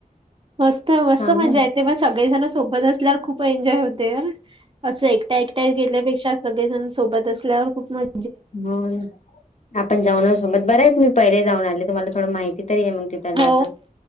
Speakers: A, on the right; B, on the left.
A: मस्त मस्त
B: हा हो
A: मजा येते पण सगळेजण सोब असल्या खूप एन्जॉय होते अस एकट एकट्या गेल्यापेक्षा सगळेजण सोबत असल्यावर खूप मज
B: हो <unintelligible> आपण जाऊन सोबत बरं आहे तुम्ही मी पहिले जाऊन आले तुम्हाला थोडं माहिती तरी आहे मग तिथला
A: हो
B: आता.